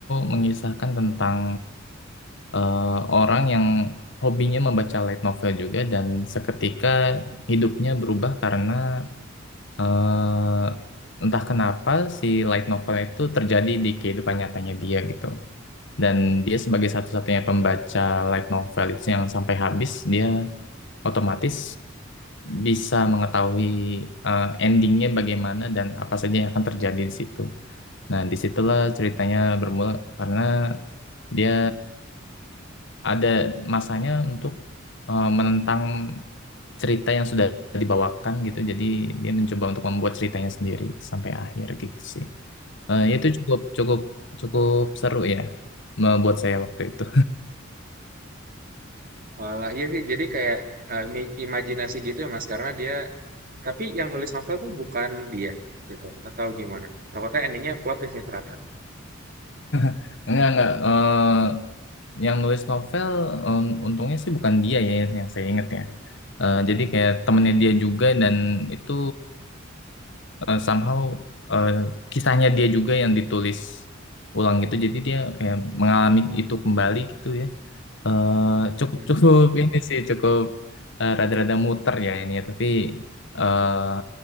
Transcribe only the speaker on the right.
Malah iya sih, jadi kayak eh, mi- imajinasi gitu ya, Mas, karena dia tapi yang nulis novel tuh bukan dia gitu atau gimana? Takutnya endingnya plot twist nih ternyata.
Mhm.